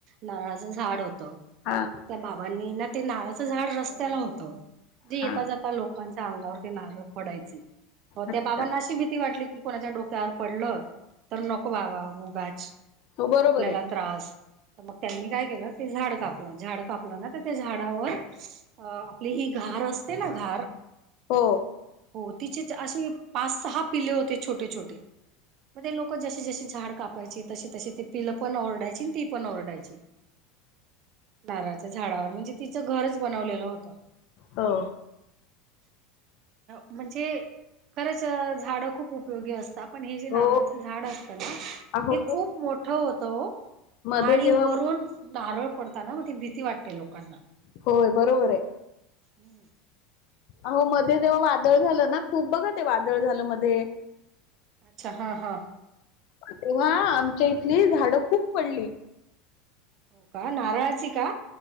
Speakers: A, on the right; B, on the left.
A: नळाचं झाड होत.
B: हा
A: मग त्या बाबांनी ना ते नाळाचं झाड रस्त्याला होतं. जी
B: हा
A: येता जाता लोकांच्या अंगावर ते नारळ पडायची
B: अच्छा
A: त्या बाबांना अशी भीती वाटली की कोणाच्या डोक्यावर पडलं तर नकवावा उगाच
B: हो बरोबर
A: आपल्याला
B: आहे
A: त्रास. तर मग त्यांनी काय केलं ते झाड कापलं झाड कापलं ना तर त्या झाडावर आपली हि घार असते ना घार
B: हो.
A: हो तिचे असे पाच सहा पिले होते छोटे छोटे. मगे ल जसे जसे झाड काप. य त तशी ते पिलं पण ओरडायची ती पण ओरडायची. नारळाच्या झाडावर म्हणजे तिचं घरच बनवलेलं होत.
B: हो.
A: म्हणजे खरंच झाड खूप उपयोगी असत. पण हे जे नावाच
B: हो
A: झाड असत ना
B: अहो
A: हे खूप मोठं होत.
B: मध्ये
A: आणि
B: जेव्हा
A: वरून धारळ पडताना मग ती भीती वाटते लोकांना
B: होय बरोबर आहे.
A: हम्म.
B: अह मध्ये तेव्हा वादळ झालं ना खूप बघा ते वादळ झालं मध्ये
A: अच्छा हा हा.
B: तेव्हा आमच्या इथली झाडं खूप पडली.
A: हो का नारळाची का?